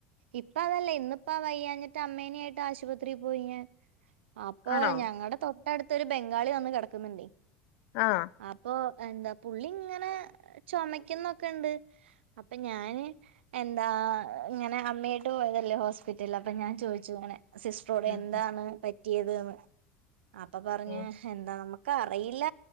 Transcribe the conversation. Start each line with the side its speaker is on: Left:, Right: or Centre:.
Right: ഇപ്പ അതല്ല ഇന്നിപ്പ വയ്യാഞ്ഞിട്ട് അമ്മേനേം ആയിട്ട് ആശുപത്രി പോയി ഞാൻ അപ്പൊ
Left: ആണോ
Right: ഞങ്ങടെ തൊട്ടടുത്തൊരു ബംഗാളി വന്ന് കെടക്കുന്നിണ്ടെ
Left: ആഹ്
Right: അപ്പൊ എന്താ പുള്ളി ഇങ്ങനെ ചൊമക്കുന്നൊക്കെണ്ട് അപ്പൊ ഞാന് എന്താ ഇങ്ങനെ അമ്മയായിട്ട് പോയതല്ലേ ഹോസ്പിറ്റല് അപ്പൊ ഞാൻ ചോദിച്ചു ഇങ്ങനെ സിസ്റ്ററോട്
Left: ഉം
Right: എന്താണ് പറ്റിയത് ന്ന് അപ്പൊ പറഞ്ഞ്
Left: ഉം
Right: എന്താ നമ്മ ക്കറിയില്ല